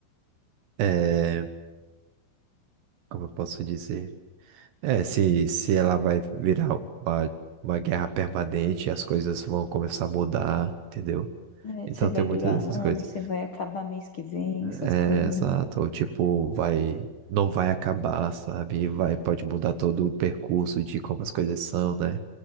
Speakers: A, on the right; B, on the left.
A: eh, como eu posso dizer? É, se, se ela vai virar uma, uma guerra permanente, as coisas vão começar a mudar, entendeu?
B: É,
A: Então
B: Você vai
A: tem
B: durar
A: muitas dessas
B: anos,
A: coisas.
B: você vai acabar mês que vem, essas
A: É,
B: coisas.
A: exato,
B: né?
A: ou tipo, vai, não vai acabar, sabe? Vai, pode mudar todo o percurso de como as coisas são, né?